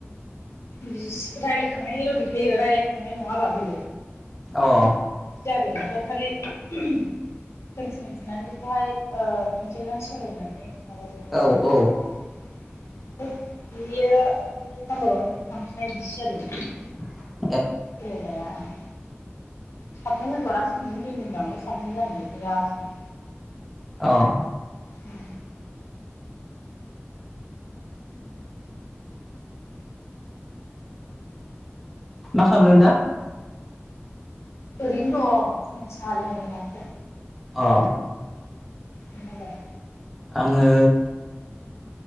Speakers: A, on the left; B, in the centre.
A: बि रायलायखांनायल' देखायो रायलायखांनाय नङाबाबो।
B: अह।
A: जादों ओमफ्राय खालि कन्टिनिउ थुनानै बेखौहाय ओ फेनसिलजों सोलायनानै माबा दोंमोन
B: औ
A: आं।
B: औ
A: बेयो बे नाम्बारावनो फन थांफिननाय बिदिसो जादों।
B: <inaudible>
A: खोनायानो। साबमिट होथ'आलासेनो बिदिनो दोनदों आं आमफाय साबमिट जानाय देखायगासिनो।
B: अह।
A: उम।
B: मा खालामदों दा?
A: ओरैनो दं फुंनि साहा लोंदों दासो।
B: अ'।
A: नों हालाय?
B: आङो